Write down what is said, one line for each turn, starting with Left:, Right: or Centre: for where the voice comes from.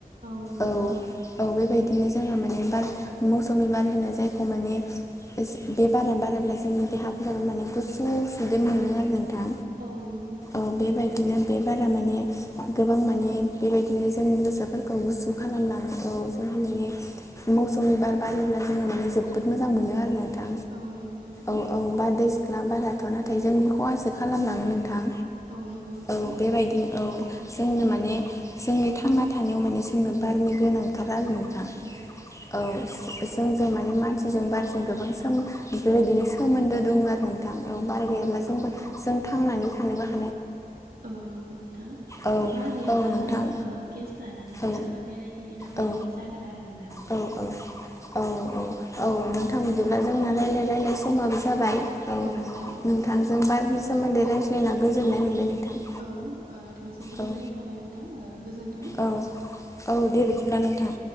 Right: नंगौ
Left: औ
Right: नोंथां
Left: औ बेबायदिनो जोङो माने बार मौ मौसुमि बार होनो जायखौ माने जि बे बारा बारोब्ला जोंनि देहाफोराबो माने गुसु सुदेम मोनो आरो नोंथां
Right: औ नंगौ नोंथां
Left: औ बेबायदिनो बे बारा माने गोबां माने बेबायदिनो जोंनि गोसोफोरखौ गुसु खालामलाङो औ जोंहा माने मौसुमि बार बारोब्ला जोङो माने जोबोद मोजां मोनो आरो नोंथां
Right: औ नंगौ नोंथां
Left: औ औ बारदै सिख्ला बाराथ' नाथाय जोंनि खहासो खालामलाङो नोंथां।
Right: औ नंगौ नोंथां
Left: औ बेबायदिनो औ। जोंनो माने जोंनि थांना थानायाव माने जोंनो बारनि गोनांथार आरो नोंथां।
Right: औ।
Left: औ। जोंजों माने मानसिजों बारजों गोबां सोम बेबायदिनो सोमोन्दो दं आरो। थां औ बार
Right: दङ
Left: गैयाब्ला
Right: नोंथां
Left: जोंबो
Right: औ
Left: जों थांनानै थानोबो हा
Right: औ नंगौ नोंथां।
Left: औ
Right: बारा गैयाबा
Left: औ नोंथां
Right: जोङो ओ गेस लानानैसो
Left: औ
Right: बेरायदिंनाय दावबायदिंनाय
Left: औ
Right: जागोन आरो नोंथां।
Left: औ औ। औ औ औ नोंथां बिदिब्ला जोंना रायलाय रायलाय समाबो जाबाय औ।
Right: नोंथां औ
Left: नोंथांजों
Right: जाबाय
Left: बारनि सोमोन्दै रायज्लायना गोजोननाय मोनबाय नोंथां।
Right: औ नोंथांनिसायबो
Left: औ
Right: गोजोननाय थाबाय नोंथां ओ गोजोन्थों।
Left: औ औ दे बिदिब्ला नोंथां।